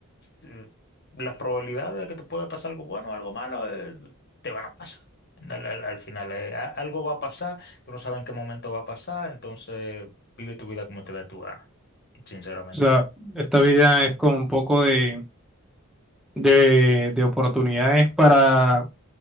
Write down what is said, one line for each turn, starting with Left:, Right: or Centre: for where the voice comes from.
Left: eh, las probabilidades de que te pueda pasar algo bueno o algo malo eh, te van a pasar. Al, al- al final eh, a- algo va a pasar, tú no sabes en qué momento va a pasar, entonces vive tu vida como te da tu gana, sinceramente.
Centre: O sea, esta vida es como un poco de, de, de oportunidades para